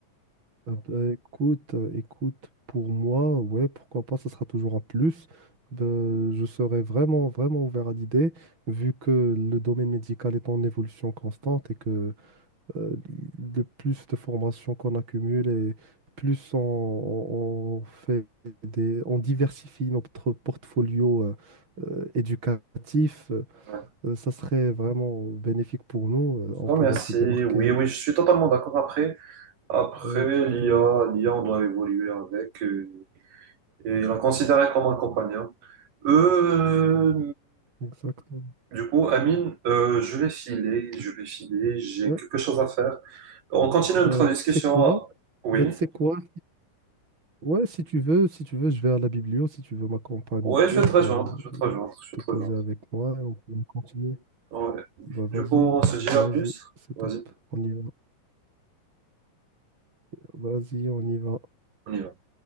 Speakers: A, on the right (about 35°); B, on the right (about 80°).
A: Ah bah, écoute, euh, écoute, pour moi, ouais, pourquoi pas, ça sera toujours un plus. Ben, je serais vraiment, vraiment ouvert à l'idée, vu que le domaine médical est en évolution constante et que euh, le plus de formations qu'on accumule et plus on, on- on fait des, on diversifie notre portfolio euh, euh, éducatif, euh,
B: Ouais.
A: euh, ça serait vraiment bénéfique pour nous. euh, on
B: Je te
A: pourrait
B: remercie.
A: se démarquer.
B: Oui, oui, je suis totalement d'accord après. Après,
A: Ouais, exactement.
B: l'IA, l'IA, on doit évoluer avec euh, et la considérer comme un compagnon. Euh,
A: Exactement.
B: du coup, Amine, euh, je vais filer, je vais filer, j'ai
A: Ouais.
B: quelque chose à faire. On continue
A: Bah,
B: notre discussion.
A: tu sais quoi?
B: Oui,
A: Bah, tu sais quoi? Ouais, si tu veux, si tu veux, je vais à la biblio, si tu veux m'accompagner
B: ouais, je
A: ou
B: vais te
A: bien
B: rejoindre,
A: euh,
B: je vais te rejoindre, je
A: te
B: vais
A: poser
B: te rejoindre.
A: avec moi et on peut continuer.
B: Ouais.
A: Bah, vas-y,
B: Du coup, on se dit
A: vas-y,
B: à plus.
A: c'est
B: Vas-y,
A: top. On y va. Vas-y, on y va.
B: on y va.